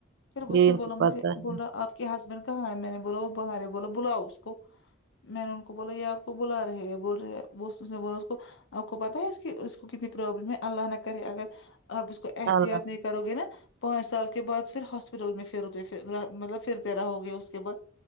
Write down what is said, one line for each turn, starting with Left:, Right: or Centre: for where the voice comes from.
Left: پھر اس
Right: یہ
Left: نے
Right: ان
Left: بولا
Right: کو
Left: مجھے
Right: پتہ ہے
Left: بول رہا آپ کے ہسبینڈ کہاں ہے میں نے بولا وہ باہر ہے بولا بلاؤ اس میں نے ان کو بولا یہ آپ کو بلا رہے ہے بول رہے ب نے بولا آپ کو پتا ہے اس کی اس کو کتنی پروابلم ہے اللہ نہ کرے اگر آپ اس کو احتیاط
Right: اللہ
Left: نہیں کرو گے نا پانچ سال کے بعد پھر ہاسپٹل میں پھر ہوتے مطلب پھرتے رہو گے اس کے بعد